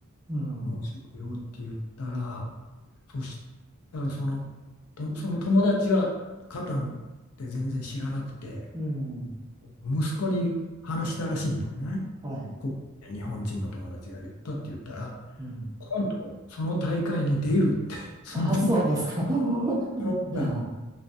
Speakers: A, on the right; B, on the left.
A: うん。
B: 面白いよって言ったら、そしたらその、とその友達はカタンって全然知らなくて、
A: うん。
B: 息子に話したらしいのね。
A: はい。
B: こう日本人の友達が言ったって言ったら、
A: うん。
B: 今度その大会に出るって、その友
A: あ、そうですか。<laughs>
B: その子が
A: じゃあ、